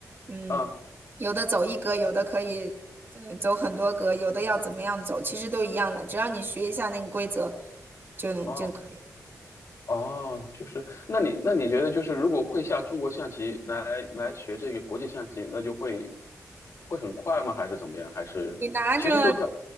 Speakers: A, on the right; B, on the left.
A: 嗯，
B: 嗯
A: 有的走一格，有的可以，呃，走很多格，有的要怎么样走，其实都一样的，只要你学一下那个规则，就能就可以。
B: 哦哦，就是那你那你觉得就是如果会下中国象棋来来学这个国际象棋，那就会会很快吗？还是怎么样？还是其实都差
A: 你拿着。